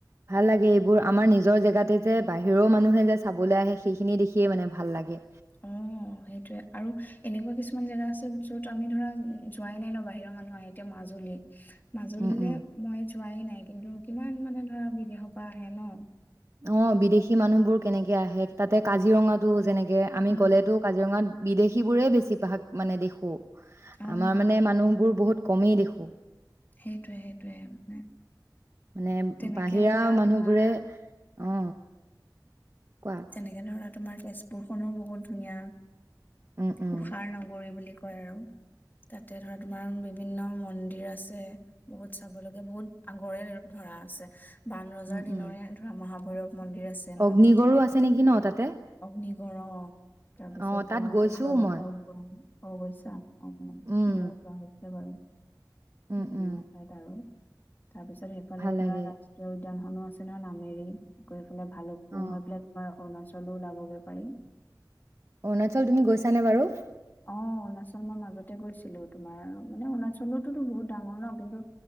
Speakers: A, on the right; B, on the left.
A: ভাল লাগে। এইবোৰ আমাৰ নিজৰ জেগাতে যে বাহিৰৰ মানুহে যে চাবলৈ আহে সেইখিনিয়ে দেখিয়ে মানে ভাল লাগে।
B: অঁ সেইটয়ে আৰু এনেকুৱা কিছুমান জেগা আছে যত আমি ধৰা যোৱাই নাই ন বাহিৰৰ মানুহ আহে এতিয়া মাজুলী। মাজুলীলে
A: উম উম
B: মই যোৱাই নাই কিন্তু কিমান মানে ধৰা বিদেশৰ পৰা আহে ন
A: অঁ বিদেশী মানুহবোৰ কেনেকে আহে। তাতে কাজিৰঙাতো যেনেক এ আমি
B: উম,
A: গ'লেতো কাজিৰঙাত বিদেশী বোৰেই বেছি ভাগ মানে দেখোঁ
B: অ',
A: আমাৰ মানে মানুহ বোৰ বহুত কমেই দেখোঁ
B: সেইটোয়ে সেইটোয়ে মানে
A: মানে
B: তেনেকে
A: বাহিৰা
B: ধৰা
A: মানুহবোৰে
B: তোমাৰ
A: অ কোৱা
B: তেনেকে ধৰা তোমাৰ তেজপুৰখনো বহুত ধুনীয়া
A: উম উম
B: কুষাৰ নগৰে বুলি কয় কয় আৰু তাতে ধৰা তোমাৰ বিভিন্ন মন্দিৰ আছে বহুত চাব লগে বহুত আগৰে ধৰা আছে বান ৰজাৰ
A: উম
B: দিনৰে
A: উম
B: ধৰা ম ম মন্দিৰ আছে ন
A: অগ্নিগড়ো
B: তেতিয়াৰে
A: আছে নেকি ন তাতে
B: অগ্নিগড়ৰ অ তাৰপিছত
A: অ তাত
B: তোমাৰ
A: গৈছো
B: চিত্ৰলেখা
A: মই
B: উ অ গৈছা অ মই
A: উম
B: মোৰ যোৱা হৈছে বাৰু
A: উম
B: বিভিন্ন
A: উম
B: ঠাইত আৰু তাৰপিছত সেইফালে
A: ভাল
B: ধৰা
A: লাগে
B: ৰাষ্ট্ৰীয় উদ্যান হনৰচিনেহৰ নামেৰি গৈ ভালোক
A: অ
B: কুম হৈ পেলাই অৰুণাচলো ওলাবগৈ পাৰি
A: অৰুণাচল তুমি গৈছানে বাৰু?
B: অ অৰুণাচল মই মাজতে গৈছিলো তোমাৰ মানে অৰুণাচলোতোতো বহুত ডাঙৰ ন কিন্তু